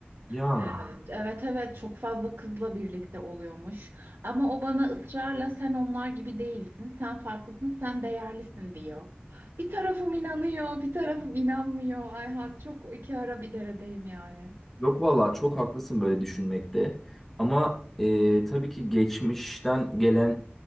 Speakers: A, in the centre; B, on the right.
A: Ya
B: Ee, Evet evet çok fazla kızla birlikte oluyormuş. Ama o bana ısrarla sen onlar gibi değilsin, sen farklısın, sen değerlisin diyor. Bir tarafım inanıyor, bir tarafım inanmıyor. Ayhan çok iki ara bir deredeyim yani.
A: yok vallahi çok haklısın böyle düşünmekte. Ama e, tabii ki geçmişten gelen